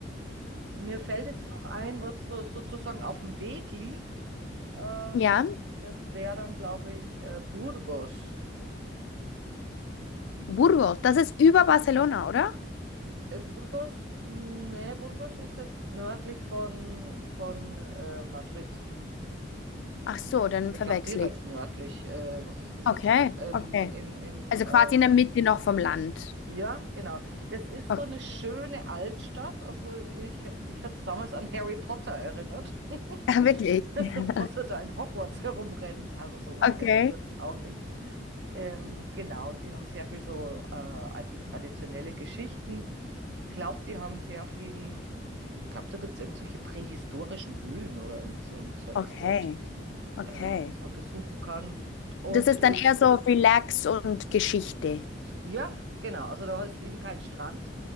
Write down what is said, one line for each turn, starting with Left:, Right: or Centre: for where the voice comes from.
Right: Mir fällt jetzt noch ein, was so, sozusagen auf dem Weg liegt. Ähm,
Left: ja,
Right: das wäre dann, glaube ich, äh, Burgos.
Left: Burgos, das ist über Barcelona, oder?
Right: Äh, Burgos? Nee, Burgos ist jetzt nördlich von, von äh, Madrid.
Left: Ach so, dann
Right: Ich
Left: verwechsel
Right: glaube direkt
Left: ich.
Right: nördlich. Äh, was ist das
Left: Okay,
Right: jetzt? Ka- Ähm,
Left: okay.
Right: im, im,
Left: Also
Right: äh,
Left: quasi in der Mitte noch vom Land.
Right: ja, genau. Das ist
Left: Okay.
Right: so eine schöne Altstadt. Also ich, hab- mich hat es damals an Harry Potter erinnert. <laughs>
Left: <laughs> Ah, Wirklich?
Right: Also,
Left: <laughs>
Right: was er da in Hogwarts herumrennt. Also so arg
Left: Okay.
Right: ist es jetzt auch nicht. Ähm, genau, und die haben sehr viel so äh, alte traditionelle Geschichten. Ich glaube, die haben sehr viel. Ich glaube, da gibt es irgendwelche prähistorischen Höhlen oder irgend so ein Zeugs
Left: Okay,
Right: dort,
Left: okay.
Right: äh, was man besuchen kann. Und
Left: Das ist
Right: ist,
Left: dann eher so Relax und Geschichte.
Right: ja, genau, also da ist eben kein Strand.